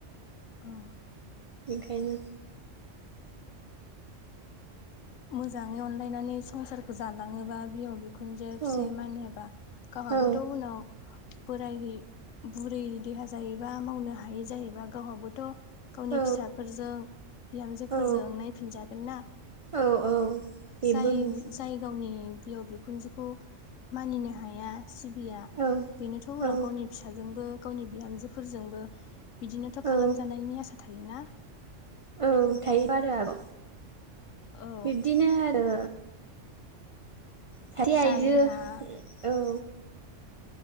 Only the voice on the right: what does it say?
बेखायनो
औ
औ
औ
औ
औ औ बेबो
मोनसे
औ
औ
औ
औ थायो आरो आब'
बिब्दिनो आरो। सासे
आयजो औ